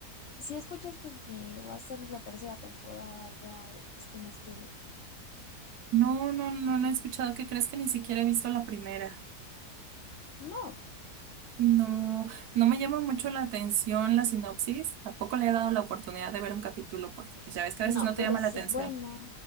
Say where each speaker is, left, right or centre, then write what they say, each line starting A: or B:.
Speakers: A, on the left; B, on the right.
A: ¿Si escuchaste que va a ser la tercera temporada ya eh, este mes que viene.
B: No, no, no la he escuchado, ¿qué crees que ni siquiera he visto la primera?
A: No,
B: No, no me llama mucho la atención la sinopsis, tampoco le he dado la oportunidad de ver un capítulo, porque pues ya ves que a
A: no,
B: veces no te
A: pero
B: llama
A: sí
B: la atención.
A: es buena,